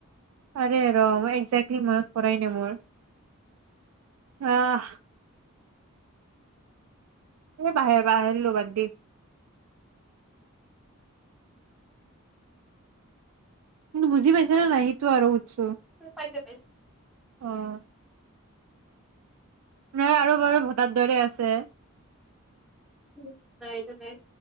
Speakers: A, on the right (about 85°); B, in the centre.
A: আৰে ৰ একজেক্টলি মনত পৰাই নাই মোৰ আহ এই বাহিৰ বাহিৰ ল'বাদ দি কিন্তু বুজি পাইছেছ না নাই সেইটো আৰু সুধছো
B: পাইছ <inaudible> ব <inaudible>
A: অ নাই আৰু বাৰু ভোটা দৰে আছে
B: উম নাইটো নাই